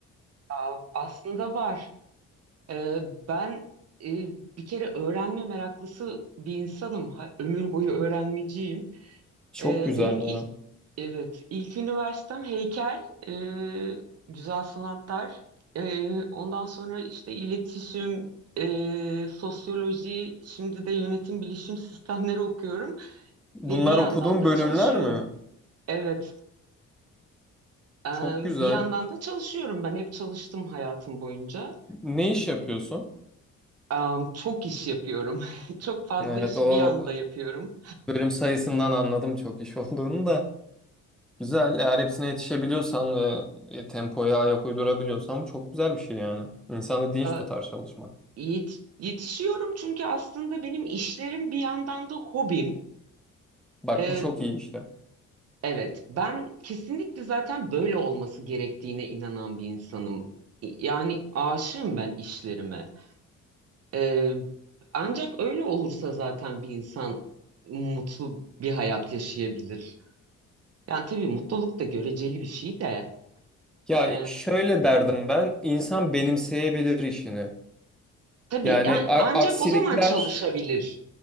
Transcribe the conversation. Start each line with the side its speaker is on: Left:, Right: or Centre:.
Right: Aa, aslında var. Ee, ben e, bir kere öğrenme meraklısı bir insanım. Ha- ömür boyu öğrenmeciyim.
Centre: Çok
Right: Ee,
Centre: güzel
Right: benim ilk
Centre: ya.
Right: evet ilk üniversitem heykel, e, güzel sanatlar. E, ondan sonra işte iletişim, e, sosyoloji, şimdi de yönetim bilişim sistemleri okuyorum
Centre: Bunlar
Right: ve bir yandan
Centre: okuduğun
Right: da
Centre: bölümler
Right: çalışıyorum.
Centre: mi?
Right: Evet, e,
Centre: Çok güzel.
Right: bir yandan da çalışıyorum. Ben hep çalıştım hayatım boyunca.
Centre: Ne iş yapıyorsun?
Right: Am, çok iş yapıyorum. <laughs> Çok fazla
Centre: Evet,
Right: işi
Centre: o
Right: bir anda yapıyorum.
Centre: bölüm sayısından anladım çok iş olduğunu da. Güzel. Eğer hepsine yetişebiliyorsan ve e, tempoya ayak uydurabiliyorsan bu çok güzel bir şey yani. İnsanı dinç
Right: A,
Centre: tutar çalışmak.
Right: yet- yetişiyorum çünkü aslında benim işlerim bir yandan da hobim.
Centre: Bak
Right: E,
Centre: bu çok iyi işte.
Right: evet, ben kesinlikle zaten böyle olması gerektiğine inanan bir insanım. Yani aşığım ben işlerime. E, ancak öyle olursa zaten bir insan mutlu bir hayat yaşayabilir. Yani tabii mutluluk da göreceli bir şey de.
Centre: Ya
Right: E,
Centre: e, şöyle derdim ben. insan benimseyebilir işini.
Right: Tabii
Centre: Yani
Right: yani
Centre: a-
Right: ancak
Centre: aksilikler
Right: o zaman çalışabilir